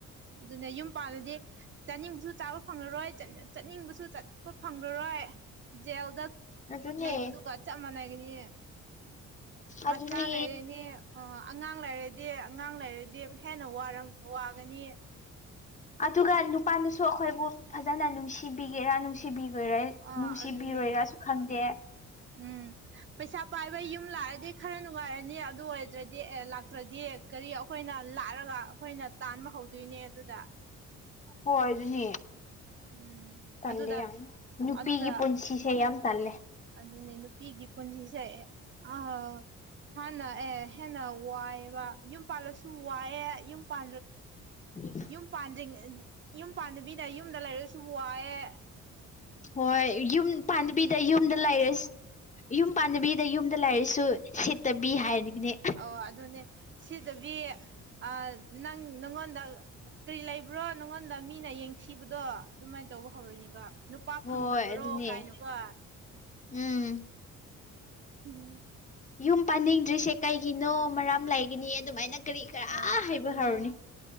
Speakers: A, on the right (about 40°); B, on the left (about 25°).
A: ꯑꯗꯨꯅꯦ ꯌꯨꯝ ꯄꯥꯜꯂꯗꯤ ꯆꯥꯅꯤꯡꯕꯁꯨ ꯆꯥꯕ ꯐꯪꯔꯔꯣꯏ ꯆꯠ ꯆꯠꯅꯤꯡꯕꯁꯨ ꯆꯠ ꯐꯪꯉꯔꯣꯏ ꯖꯦꯜꯗ
B: ꯑꯗꯨꯅꯦ
A: ꯂꯩꯕꯗꯨꯒ ꯆꯞ ꯃꯥꯟꯅꯩꯒꯅꯤ ꯃꯆꯥ
B: ꯑꯗꯨꯅꯦ
A: ꯂꯩꯔꯦꯅꯦ꯫ ꯑꯣ ꯑꯉꯥꯡ ꯂꯩꯔꯗꯤ ꯑꯉꯥꯡ ꯂꯩꯔꯗꯤ ꯍꯦꯟꯅ ꯋꯥꯒꯅꯤ ꯫
B: ꯑꯗꯨꯒ ꯅꯨꯄꯥꯅꯁꯨ ꯑꯩꯈꯣꯏꯕꯨ ꯐꯖꯅ ꯅꯨꯡꯁꯤꯕꯤꯒꯦꯔꯥ ꯅꯨꯡꯁꯤ ꯁꯤꯕꯤꯔꯣꯏꯔꯥ
A: ꯑꯥ
B: ꯅꯨꯡꯁꯤꯕꯤꯔꯣꯏꯔꯥꯁꯨ
A: ꯑꯗꯨꯅꯦ
B: ꯈꯪꯗꯦ
A: ꯎꯝ ꯄꯩꯁꯥ ꯄꯥꯏꯕ ꯌꯨꯝ ꯂꯥꯛꯑꯗꯤ ꯈꯔ ꯅꯨꯡꯉꯥꯏꯔꯅꯤ ꯑꯗꯨ ꯑꯣꯏꯗ꯭ꯔꯗꯤ ꯑꯦ ꯂꯥꯛꯇ꯭ꯔꯗꯤ꯫ ꯀꯔꯤ ꯑꯩꯈꯣꯏꯅ ꯂꯥꯛꯑꯒ ꯑꯩꯈꯣꯏꯅ ꯇꯥꯟꯕ ꯍꯧꯗꯣꯏꯅꯦ ꯑꯗꯨꯗ
B: ꯍꯣꯏ ꯑꯗꯨꯅꯦ꯫
A: ꯎꯝ
B: ꯇꯜꯂꯦ
A: ꯑꯗꯨꯗ
B: ꯌꯥꯝꯅ ꯅꯨꯄꯤꯒꯤ
A: ꯑꯗꯨꯗ
B: ꯄꯨꯟꯁꯤꯁꯦ ꯌꯥꯝ ꯇꯜꯂꯦ꯫
A: ꯑꯗꯨꯅꯦ ꯅꯨꯄꯤꯒꯤ ꯄꯨꯟꯁꯤꯁꯦ ꯑ ꯍꯥꯟꯅ ꯑꯦ ꯍꯦꯟꯅ ꯋꯥ ꯋꯥꯌꯦꯕ ꯌꯨꯝ ꯄꯜꯁꯁꯨ ꯋꯥ ꯌꯨꯝ ꯄ
B: ꯎꯝ
A: ꯌꯨꯝ ꯄꯥꯟꯗ꯭ꯔꯤꯉꯩ ꯌꯨꯝ ꯄꯥꯟꯗꯕꯤꯗ ꯌꯨꯝꯗ ꯂꯩꯔꯁꯨ ꯋꯥꯑꯦ ꯫
B: ꯍꯣꯏ ꯌꯨꯝ ꯄꯥꯟꯗꯕꯤꯗ ꯌꯨꯝꯗ ꯂꯩꯔꯁꯤ꯫ ꯌꯨꯝ ꯄꯥꯟꯗꯕꯤ ꯌꯨꯝꯗ ꯂꯥꯏꯔꯁꯨ ꯁꯦꯠꯇꯕꯤ ꯍꯥꯏꯔꯅꯤꯡꯅꯦ꯫
A: ꯑꯧ ꯑꯗꯨꯅꯦ ꯁꯤꯗꯕꯤ ꯑ ꯅꯪ ꯅꯪꯉꯣꯟꯗ꯫ ꯀꯔꯤ ꯂꯩꯕ꯭ꯔꯣ ꯅꯪꯉꯣꯟꯗ ꯃꯤꯅ ꯌꯦꯡꯊꯤꯕꯗꯣ ꯑꯗꯨꯃꯥꯏꯅ ꯇꯧꯕ ꯍꯧꯔꯅꯤꯒ ꯅꯨꯄꯥ ꯐꯪꯗꯕ꯭ꯔꯣ
B: ꯍꯣꯏ ꯑꯗꯨꯅꯦ
A: ꯀꯥꯏꯅꯣꯀꯣ
B: ꯎꯝ꯫
A: ꯎꯝ
B: ꯌꯨꯝ ꯄꯥꯅꯤꯡꯗ꯭ꯔꯤꯁꯦ ꯀꯩꯒꯤꯅꯣ ꯃꯔꯝ ꯂꯩ ꯒꯤꯅꯤ ꯑꯗꯨꯃꯥꯏꯅ ꯀꯔꯤ ꯀꯔꯥ
A: ꯍꯣꯏ
B: ꯍꯥꯏꯕ
A: ꯑꯗꯨꯅꯦ
B: ꯍꯧꯔꯅꯤ